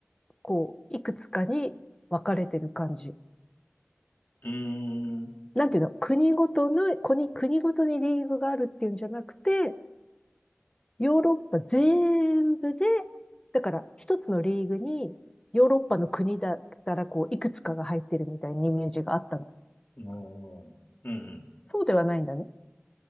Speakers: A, on the left; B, on the left.
A: こう、いくつかに分かれてる感じ。
B: うーん。
A: なんていうの、国ごとの、国、国ごとにリーグがあるっていうんじゃなくて、ヨーロッパ全部で、だから一つのリーグにヨーロッパの国だったらこう、いくつかが入ってるみたいなイメージがあったの。
B: おーうんうん。
A: そうではないんだね。